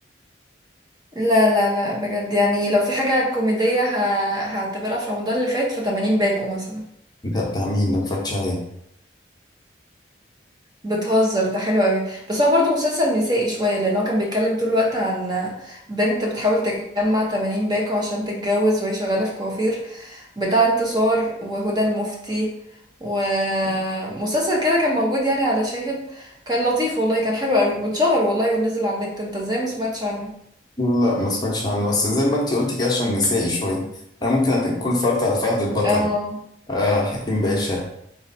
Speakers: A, on the right; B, on the left.
A: لا لا لا بجد يعني لو في حاجة كوميدية ه... هعتبرها في رمضان اللي فات فتمانين باكو مثلا
B: ده بتاع مين ده متفرجتش عليه
A: بتهزر ده حلو قوي بس هو برضه مسلسل نسائي شوية لأن هو كان بيتكلم طول الوقت عن بنت بتحاول تجمع 80 باكو عشان تتجوز وهي شغالة في كوافير بتاع انتصار وهدى المفتي ومسلسل كده كان موجود يعني على شاهد كان لطيف والله كان حلو قوي واتشهر والله ونزل على النت انت ازاي ما سمعتش عنه
B: لا ما سمعتش عنه بس زي ما انت قلت كده عشان نسائي شوية انا ممكن اكون اتفرجت على فهد البطل
A: اه
B: آه حكيم باشا